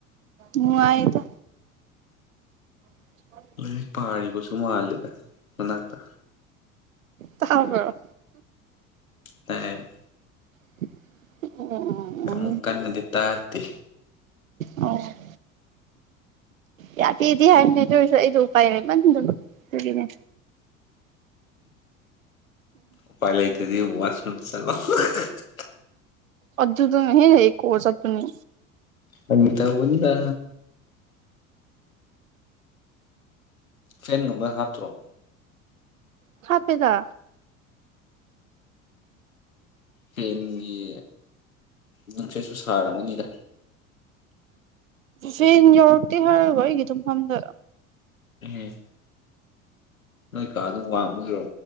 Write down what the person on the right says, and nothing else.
ꯅꯨꯉꯥꯏꯗ <inaudible>
ꯇꯥꯕ꯭ꯔꯣ?
<unintelligible> ꯑꯣ ꯑꯣ
ꯑꯣ ꯑꯧ ꯌꯥꯗꯦꯗꯤ ꯍꯥꯏꯕꯅꯦ ꯑꯗꯣꯏꯁꯨ ꯑꯩꯗꯣ ꯎꯄꯥꯏ ꯂꯩꯃꯟꯗꯕ ꯑꯗꯨꯒꯤꯅꯦ
ꯑꯗꯨꯗꯨꯅ ꯍꯦꯟꯅ ꯏꯀꯣ ꯆꯠꯄꯅꯤ
ꯍꯥꯞꯄꯦꯗ
ꯐꯦꯟ ꯌꯧꯔꯛꯇꯦ ꯍꯥꯏꯔꯒ ꯑꯩꯒꯤ ꯇꯨꯝꯐꯝꯗ